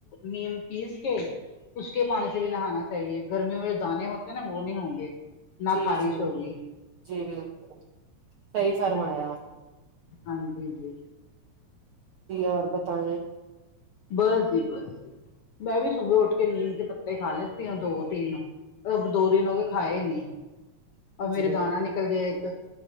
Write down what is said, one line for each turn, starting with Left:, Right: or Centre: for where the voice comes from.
Left: نیم پیس کے اس کے پانی سے بھی نہانا چاہیے گرمیوں میں جو دانے ہوتے ہیں نا وہ نہیں ہوں گے نہ
Right: جی
Left: خارش
Right: جی
Left: ہوگی
Right: جی بالکل صحیح
Left: ہمم
Right: فرمایا آپ
Left: ہاں جی ہاں جی
Right: جی یار بتائیں
Left: بس جی بس میں بھی صبح اٹھ کے نیم کے پتے کھا لیتی ہوں دو تین اب دو دن ہو گئے کھائے نہیں اور میرے
Right: جی
Left: دانا نکل گیا ایک